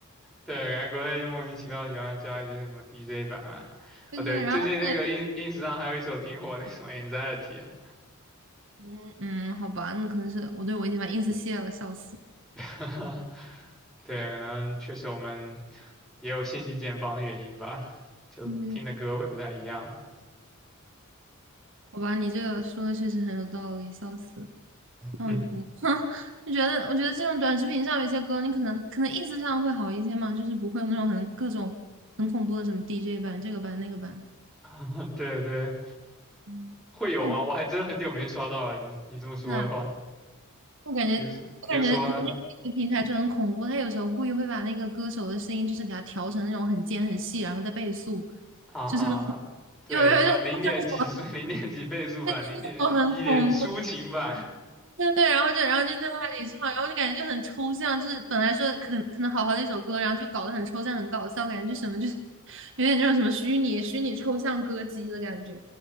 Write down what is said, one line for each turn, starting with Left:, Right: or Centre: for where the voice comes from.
Centre: 对，感觉国内就莫名其妙喜欢加一些什么 DJ 版啊，
Right: 对对，
Centre: 啊对，最近那个
Right: 然后他后来
Centre: ins ins 上还有一首挺火的，那什么 Anxiety 啊，
Right: 嗯嗯，好吧，那可能是我对我已经把 ins 卸了，笑死。
Centre: <laughs> 对，可能确实我们也有信息茧房的原因吧，就听的歌会不太一样，
Right: 嗯，好吧，你这个说的确实很有道理，笑死。那我嗯，
Centre: 嗯，
Right: 哼，<laughs> 就觉得我觉得这种短视频上有一些歌，你可能可能意思上会好一些嘛，就是不会有那种很各种很恐怖的什么 DJ 版、这个版、那个版。
Centre: <laughs> 对对，
Right: 嗯那我
Centre: 会有吗？我还真很久没刷到了，你你这么说的话，
Right: 那我感觉我感觉国内有些平台就很恐怖，
Centre: 比如比如说呢？
Right: 他有时候故意会把那个歌手的声音就是给他调成那种很尖很细，然后再倍速，
Centre: 啊，
Right: 就是
Centre: 对，
Right: 就有有一种叫什么，
Centre: 什么零点几速、<laughs> 零点几倍速版、
Right: <laughs>
Centre: 零点一点抒情版，
Right: 就很恐怖。对对，然后就然后就在那里唱，然后就感觉就很抽象，就是本来说可可能好好的一首歌，然后就搞得很抽象、很搞笑，感觉就什么就是 <laughs> 有点那种什么虚拟虚拟抽象歌姬的感觉。